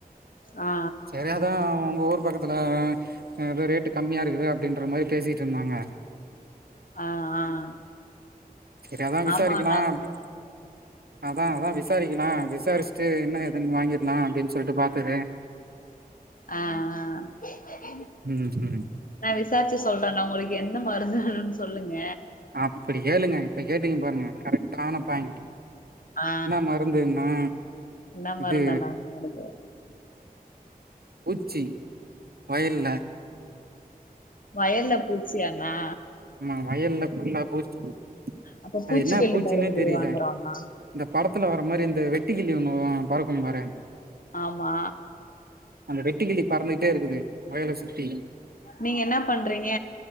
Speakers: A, on the left; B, on the right.
A: ஆ
B: சேரி அதா உங்க ஊரு பக்கத்துல அ ப ரேட்டு கம்மியா இருக்குது அப்டின்ற மாரி பேசிட்ருந்தாங்க.
A: ஆ ஆ ஆ
B: சேரி அதா விசாரிக்கலா
A: ஆமா நாங்
B: அப்டி அதா அதா விஸ் சாரிக்கலா விசாரிச்ட்டு என்ன எதுன் வாங்கிர்லா அப்டின் சொல்ட்டு பாத்தது.
A: அ அ
B: ம் ம்.
A: நா விசாரிச்சு சொல்ற நா உங்குளுக்கு எந்த மருந்து வேணுன் சொல்லுங்க.
B: அ அப்பிடி கேளுங்க இப்ப கேட்டிங்க பாருங்க கரெக்ட்டான பாய்
A: ஆ
B: என்னா மருந்துன்னா
A: என்ன
B: இது
A: மருந்தண்ணா இருக்கு
B: பூச்சி வயல்ல.
A: வயல்ல பூச்சியாணா?
B: ஆமா வயல்ல ஃபுல்லா பூச்சி
A: அப்ப
B: அது
A: பூச்சிக்கொல்லி
B: என்னா பூச்சினே
A: மருந்து
B: தெரில.
A: வாங்குறோ அண்ணா
B: இந்த படத்துல வர மாரி இந்த வெட்டுகிளி ஒன்னு பறக்கும் பாரு.
A: ஆமா.
B: அந்த வெட்டுகிளி பறந்துகிட்டே இருக்குது வயல சுத்தி.
A: நீங்க என்ன பண்றீங்க